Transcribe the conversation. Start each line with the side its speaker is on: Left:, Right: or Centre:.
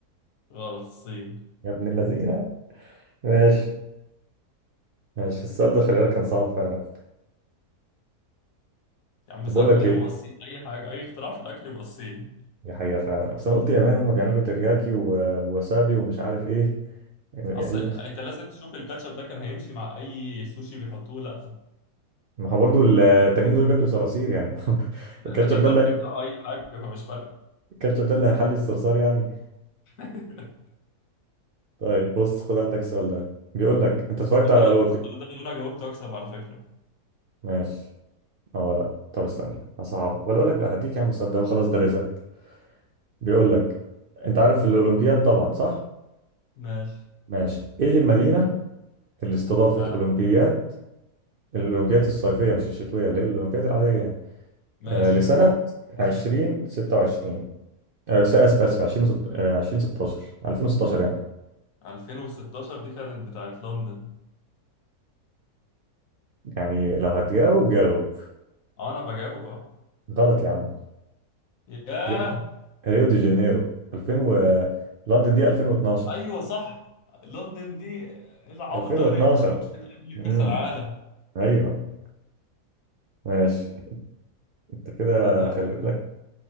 Left: غلط الصين
Right: يا ابن اللذينة ماشي ماشي السؤال ده خلي بالك كان صعب فعلا
Left: يا عم
Right: طب
Left: سهل
Right: بقول لك
Left: هو
Right: ايه
Left: الصين اي حاجة اي اختراع في الاكل يبقى الصين
Right: دي حقيقة فعلا بس انا قلت يابان هم بيعملوا ترياكي و- ووسابي ومش عارف ايه ال-
Left: اصل انت لازم تشوف الكاتشب ده كان هيمشي مع اي سوشي بيحطوه لا
Right: ما هو برضه التانيين دول بياكلوا صراصير يعني <laughs>
Left: لا
Right: الكاتشب
Left: التانيين
Right: ده
Left: دول
Right: اللي
Left: بيبلعوا اي حاجة فمش فارقة
Right: الكاتشب ده اللي هيحلي الصرصار يعني
Left: <laughs>
Right: طيب بص خد عندك السؤال ده بيقول لك انت اتفرجت
Left: بس
Right: على
Left: ده لا
Right: لوبي
Left: بس ده لو انا جاوبته اكسب على فكرة
Right: ماشي اه لا طب استنى صعب ولا اقول لك لا هديك يا عم السؤال ده وخلاص ده رزقك بيقول لك انت عارف الاولمبياد طبعا صح
Left: ماشي
Right: ماشي ايه المدينة اللي استضافت
Left: فعلا
Right: اولمبياد الأولمبياد الصيفية مش الشتوية اللي هي الأولمبياد العادية يعني
Left: ماشي
Right: آه، لسنة 2026 آه، آسف آسف 20 وست- آه، 2016 2016 يعني
Left: 2016 دي كانت بتاعت لندن
Right: يعني لو هتجاوب جاوب
Left: اه انا بجاوب اه
Right: غلط يا عم
Left: ياه
Right: ري- ريو دي جانيرو 2000 و... لندن دي 2012
Left: ايوه صح لندن دي ايه العبط
Right: 2012
Left: ده ريال مدريد بتأهل لكأس
Right: امم
Left: العالم
Right: ايوه ماشي انت كده
Left: ده ضيعت
Right: خلي
Left: الفرصة.
Right: بالك